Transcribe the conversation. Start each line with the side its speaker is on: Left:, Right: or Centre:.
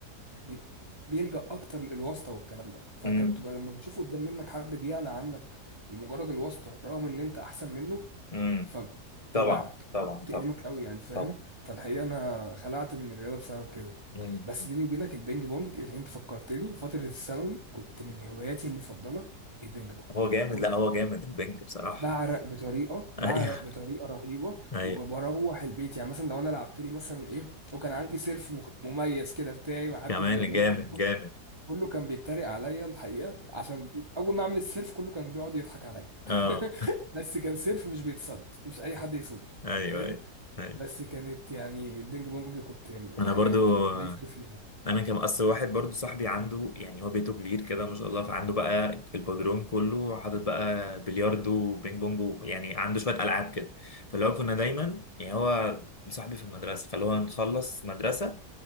Right: بيبقى- بيلجأ اكتر للواسطة والكلام ده فكانت
Left: امم
Right: تبقى لما بتشوف قدام منك حد بيعلى عنك لمجرد الواسطة رغم ان انت احسن منه
Left: امم
Right: فبتوجعك
Left: طبعا طبعا
Right: بتألمك
Left: طبعا
Right: قوي يعني فاهم
Left: طبعا
Right: فالحقيقة انا خلعت من الرياضة بسبب كده
Left: امم
Right: بس بيني وبينك البينج بونج انت فكرتني فترة الثانوي كنت من هواياتي المفضلة البينج بونج
Left: هو جامد
Right: كنت
Left: لا هو جامد البنج بصراحه
Right: بعرق بطريقة
Left: <laughs>
Right: بعرق
Left: ايوه
Right: بطريقة رهيبة
Left: ايوه
Right: وبروح البيت يعني مثلا لو انا لعبت لي مثلا ايه وكان عندي سيرف مخ- مميز كده بتاعي ما حدش
Left: كمان
Right: بيعمله
Left: جامد جامد
Right: كله كان بيتريق عليا الحقيقه عشان اول ما اعمل السيرف كله كان بيقعد يضحك عليا
Left: اه
Right: <laughs> بس كان سيرف مش بيتصد مش اي حد يصده
Left: ايوه
Right: حلو
Left: ايوه ايوه
Right: بس كانت يعني البينج بونج كنت يعني الحقيقه
Left: انا برضو
Right: كنت متميز قوي فيها
Left: انا كان اصل واحد برضو صاحبي عنده يعني هو بيته كبير كده ما شاء الله فعنده بقى البدروم كله حاطط بقى بلياردو وبينج بونج يعني عنده شويه العاب كده فاللي هو كنا دايما يعني هو صاحبي في المدرسه فاللي هو نخلص مدرسه